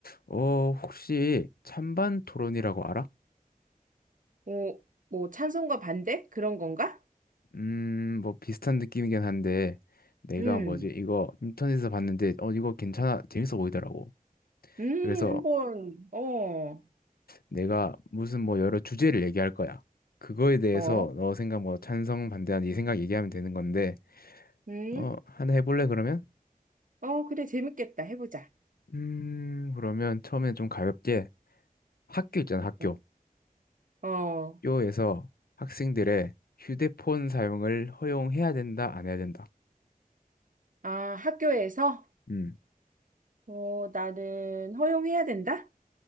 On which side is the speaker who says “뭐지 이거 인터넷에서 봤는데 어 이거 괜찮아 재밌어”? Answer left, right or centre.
Left